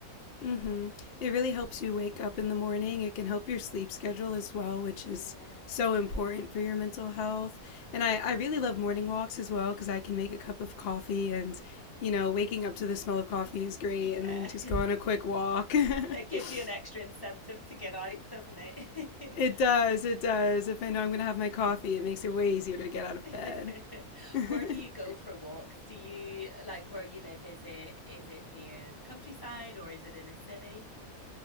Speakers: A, on the left; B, on the left.
A: Mm-hmm. It really helps you wake up in the morning. It can help your sleep schedule as well, which
B: Yeah.
A: is so important for your mental health. And I, I really love morning walks as well because I can make a cup of coffee and, you know, waking up to the smell of coffee is great
B: Yeah.
A: and then just
B: <laughs>
A: go on a quick walk. <laughs>
B: It gives you an extra incentive to get out, doesn't it?
A: it
B: <laughs>
A: does, it does. If I know I'm going to have my coffee, it makes it way easier to get out of
B: <laughs>
A: bed. <laughs>
B: Where do you go for walks? Do you like where you live? Is it is it near countryside or is it in a city?